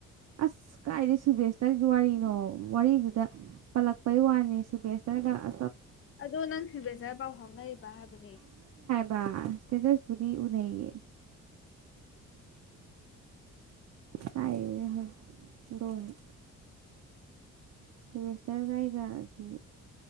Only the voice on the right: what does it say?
ꯑꯁ ꯀꯥꯏꯗꯩ ꯁꯨꯕꯦꯁꯇꯔꯒꯤ ꯋꯥꯔꯤꯅꯣ ꯋꯥꯔꯤꯗꯨꯗ ꯄꯜꯂꯛꯄꯩ ꯋꯥꯅꯦ ꯁꯨꯕꯦꯁꯇꯔꯒ ꯑ
ꯕꯥ ꯁ꯭ꯇꯦꯇꯁꯄꯨꯗꯤ ꯎꯅꯩꯌꯦ ꯀꯥꯏꯗꯩꯅꯣꯍꯦ ꯂꯣꯏꯔꯦ ꯁꯨꯚꯦꯁꯇꯔꯒ ꯑꯩꯒꯒꯤ